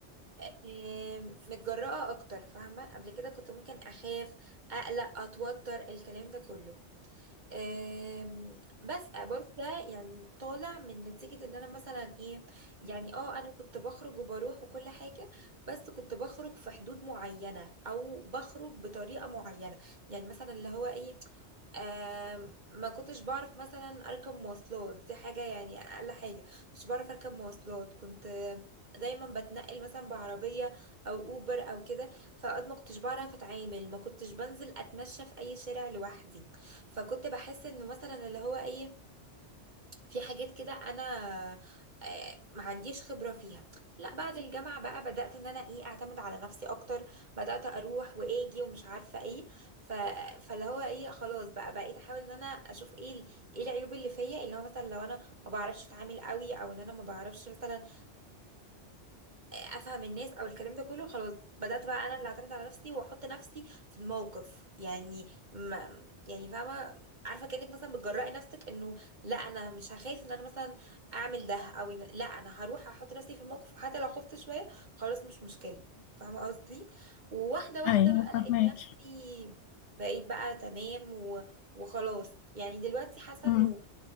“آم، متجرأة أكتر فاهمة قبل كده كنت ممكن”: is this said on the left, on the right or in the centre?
Right